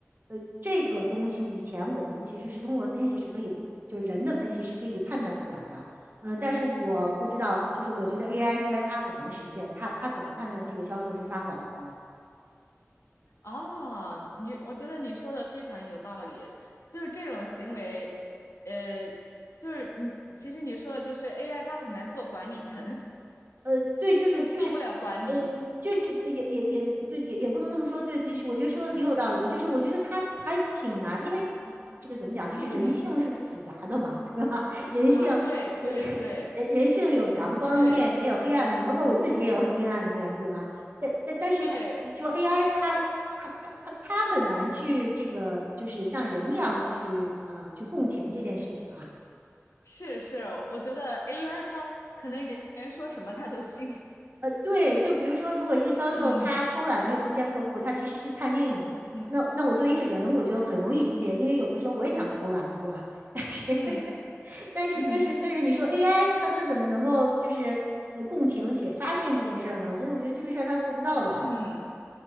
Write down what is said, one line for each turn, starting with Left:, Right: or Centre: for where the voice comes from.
Right: 呃，这个东西以前我们其实是通过分析是可以，就是人的分析是可以判断出来的。呃，但是我不知道，就是我觉得 AI 应该它很难实现，它它怎么判断这个销售是撒谎的呢？
Left: 啊，你我觉得你说的非常有道理，就是这种行为，呃，就是你其实你说的就是 AI 它很难做管理层，
Right: 呃，对，
Left: <laughs>
Right: 就是就是，
Left: 它做不了管理。
Right: 呃，就就也也也对，也也不能这么说，对，就是我觉得说的挺有道理的，
Left: 嗯
Right: 就是我觉得他还挺难，因为这个怎么讲，就是人性是复杂的嘛，
Left: 嗯
Right: <laughs> 对吧？<laughs> 人性人
Left: 啊，对对对
Right: 人人性有阳光面，
Left: 对
Right: 也有黑暗面，包括我自己也有阴暗面，对吧？但但但是你说
Left: 对，
Right: AI 它它它它它很难去这个，就是像人一样去呃去共情这件事情啊。
Left: 是是，我觉得 a i 它可能人人说什么它都信。<laughs>
Right: 呃，对，就比如说，如果一个销售他偷懒没有去见客户，
Left: 嗯
Right: 他其实去看电影，
Left: 嗯
Right: 那那我作为一个人，我就很容易理解，因为有的时候我也想偷懒，对吧？但是 <laughs>
Left: 嗯
Right: 但是但是但是你说
Left: 嗯
Right: AI 它它怎么能够就是呃共情且发现这件事儿呢？所以我觉得这个事儿它做不到的啊，
Left: 嗯，